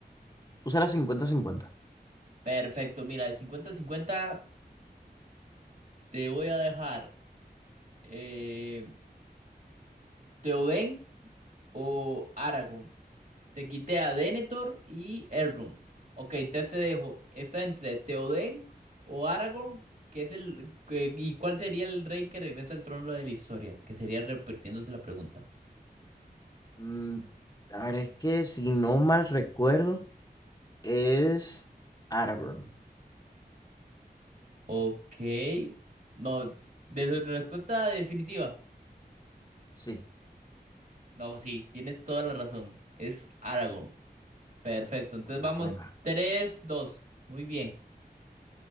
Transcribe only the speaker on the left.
usa la cincuenta-cincuenta.
Mm, a ver, es que si no mal recuerdo, es Aragorn.
Sí,
buena,
buena.